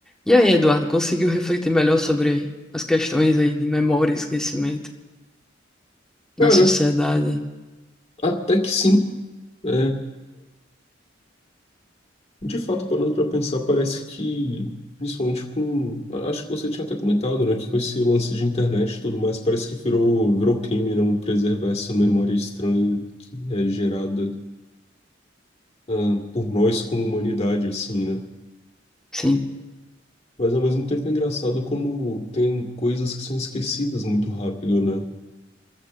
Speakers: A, in the centre; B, on the left (about 35°).
A: E aí, Eduardo, conseguiu refletir melhor sobre as questões aí de memória e esquecimento na
B: Cara,
A: sociedade?
B: até que sim. É, de fato, parando para pensar, parece que, principalmente com. Acho que você tinha até comentado, né? Que com esse lance de internet e tudo mais, parece que virou, virou crime não preservar essa memória estranha que é gerada, ah, por nós como humanidade, assim, né?
A: Sim,
B: Mas ao mesmo tempo é engraçado como tem coisas que são esquecidas muito rápido, né?